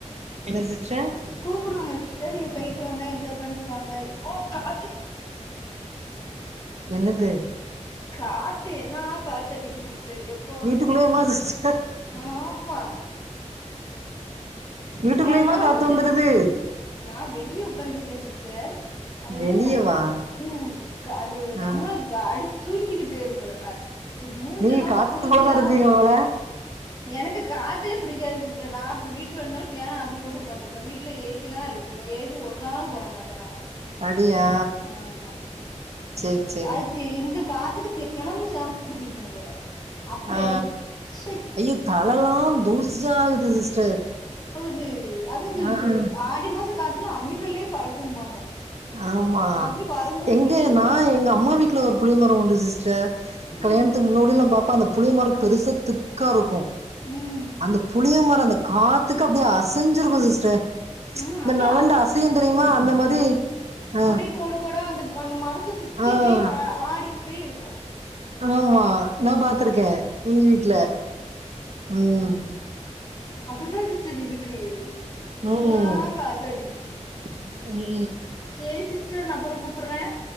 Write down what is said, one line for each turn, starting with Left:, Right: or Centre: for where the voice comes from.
Right: என்ன சிஸ்டர்
Left: கூப்புடுவாங்க சிஸ்டர் நீங்க பெய்ட்டுவாங்க என்ஜாய் பன்ட்டு வாங்க எப்போவ் காத்து
Right: என்னது
Left: காத்து என்னா காத்தடிக்கு சிஸ் செரி எப்போ
Right: வீட்டுக்குள்ளேயுமா சிஸ்டர்
Left: ஆமா
Right: வீட்டுக்குள்ளயுமா
Left: தெனமு
Right: காத்து
Left: ச
Right: வந்துருது
Left: நா வெளிய உக்காந்துருப்பே சிஸ்டர் அதென்ன
Right: வெளியவா
Left: ம் க அது நம்லுதுப
Right: ஆ
Left: அடுச் சுருக்கிட்டு பேரும் போல காத்த மூஞ்செல்லா
Right: நீங்க காத்து
Left: புலுதியா
Right: போலதா இருப்பீங்க
Left: பறக்
Right: போல
Left: எனக்கு காத்தே பிடிக்காது சிஸ்டர் நா இப்ப வீட்ல இருந்தாலு ஃபேன ஆஃப் பன்னிபோட்டு உக்காந்துருப்பே வீட்ல ஏசில்லாரு ருக்கு ஏசி ஒர் நாளு போட மாட்ட நா
Right: அப்டியா
Left: ஆமா
Right: சேரி சேரி
Left: வாழ்த்தி இந்து காத்துக்கு தெனமு ஷாம்ப்ல குளிக்கணு போல அப்டி
Right: அ
Left: அடிக்கி. ச்சை
Right: ஐயு தலலா தூஸாகுது சிஸ்டர்
Left: அது அதுந்து
Right: ஆ
Left: ஜு
Right: ஆ
Left: ஆடி மாச காத்துன்னா அம்மிகல்லே பறக்கும்பாங்க
Right: ஆமா
Left: அப்டி பறந்துரும்
Right: எங்க
Left: போல எல்லாம்.
Right: நா எங்க அம்மா வீட்ல ஒரு புளியமரோ உண்டு சிஸ் டர் கலியாணத்துக்
Left: ம்.
Right: முன்னொடில்லா பாப்ப அந்த புளியமர பெருசா திக்காருக்கு
Left: ம்.
Right: அந்த புளியமர அந்த காத்துக்கு அப்டிய அசஞ்சிருக்கு சிஸ்டர்
Left: ம்.
Right: இந்த
Left: அப்டியே
Right: நவண்ட அசையுந் தெரியிமா அந்த மாரி ஆ
Left: குப்டி கோடு கோட அந்த அந்த மர சி
Right: ஆ
Left: அப்டி வ அ ஆடிபோய் இருக்கு
Right: ஆமா நா பாத்திருக்கே எங்க வீட்ல ம்
Left: அப்படித்தா சிஸ்டர் இருக்கு
Right: ம்
Left: இன்னா காத்தடிக்கு
Right: <unintelligible>
Left: செரி சிஸ்டர் நா அப்புறோ கூப்புற்றே